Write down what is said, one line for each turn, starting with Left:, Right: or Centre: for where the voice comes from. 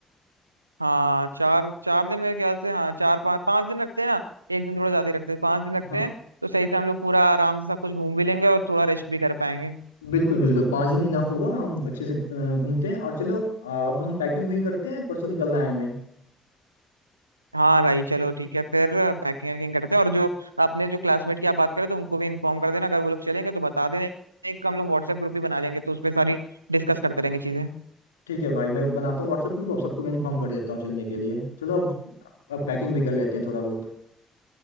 Right: हाँ चार चार दिन मेरे ख्याल से हाँ चार पाँच पाँच दिन रखते हैं ना एक दिन थोड़ा ज्यादा ही रखते हैं पाँच दिन रखते
Left: हाँ
Right: हैं तो सही से हम लोग पूरा आराम से सब कुछ घूम भी लेंगे और थोड़ा रेस्ट भी कर पाएंगे
Left: बिल्कुल बिल्कुल पाँच दिन इनफ होगा हम अच्छे से अ, घूमते हैं और चलो अ, अब हम पैकिंग वैकिंग करते हैं परसों निकलना है हमें
Right: हाँ भाई चलो ठीक है फिर पैकिंग वैकिंग करते हैं और जो अपने जो क्लासमेट की आप बात करें तो उनको भी इन्फॉर्म कर देना अगर वो लोग चलेंगे तो बता देना एक हम लोग व्हाट्सएप ग्रुप ही बना लेंगे तो उस पर सारी डिस्कस करते रहेंगे चीजें
Left: ठीक है भाई मैं बनाता हूँ व्हाट्सएप ग्रुप अब सबको मैं इन्फॉर्म कर देता हूँ चलने के लिए चलो अब अब पैकिंग भी कर लेते हैं थोड़ा बहुत